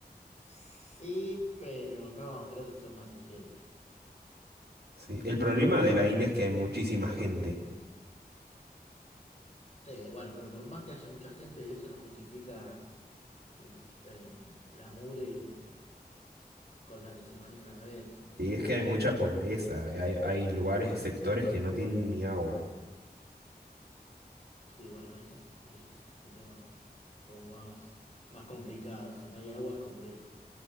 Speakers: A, on the left (about 40°); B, on the right (about 85°).
A: sí, pero no, creo que son más higiénicos.
B: Sí. El problema de la India es que hay muchísima gente.
A: Sí, bueno, pero por más que haya mucha gente, eso no justifica eh, eh, la mugre con la que se manejan a veces.
B: Y es que hay mucha pobreza. Hay, hay lugares, sectores que no tienen ni agua.
A: Sí, bueno, eso es, eso ya es un tema. como más, más complicado. Si no hay agua es complejo.